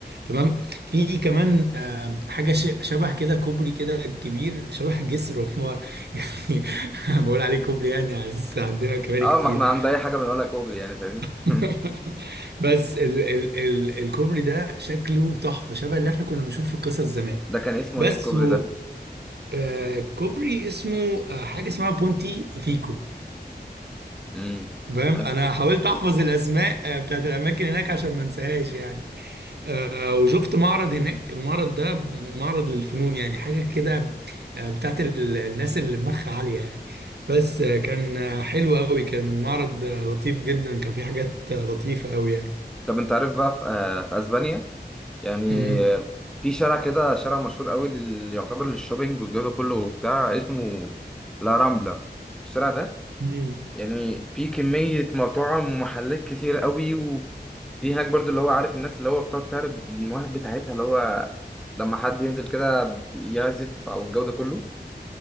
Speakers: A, on the right; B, in the centre.
A: تمام في كمان آم، حاجة ش- شبه كده كوبري كده كبير شبه جسر هو يعني <laughs> بقول عليه كوبري يعني على أساس عندنا كباري
B: اه
A: كتير
B: ما احنا عند اي حاجه بنقولها كوبري يعني فاهمني
A: <laughs>
B: <laughs>
A: بس ال ال ال الكوبري ده شكله تحفة شبه اللي احنا كنا بنشوفه في القصص زمان
B: ده كان اسمه
A: بس
B: ايه الكوبري
A: هو
B: ده
A: آه، كوبري اسمه آه، حاجة اسمها بونتي فيكو
B: امم
A: فاهم
B: لا.
A: انا حاولت احفظ الاسماء آه، بتاعت الاماكن هناك عشان ما انساهاش يعني آه، وشفت معرض هناك المعرض ده معرض للفنون يعني حاجه كده آه، بتاعت ال- الناس اللي دماغها عاليه يعني بس آه، كان آه، حلو قوي كان معرض آه، لطيف جدا كان فيه حاجات آه، لطيفه قوي يعني
B: طب انت عارف بقى في, آه في اسبانيا يعني
A: امم
B: آه، في شارع كده شارع مشهور قوي اللي يعتبر للشوبينج والجو ده كله وبتاع اسمه لا رامبلا الشارع ده
A: امم
B: يعني في كمية مطاعم ومحلات كتير قوي وفي هناك برضو اللي هو عارف الناس اللي هو بتقعد تعرض المواهب بتاعتها اللي هو لما حد ينزل كده يعزف أو الجو ده كله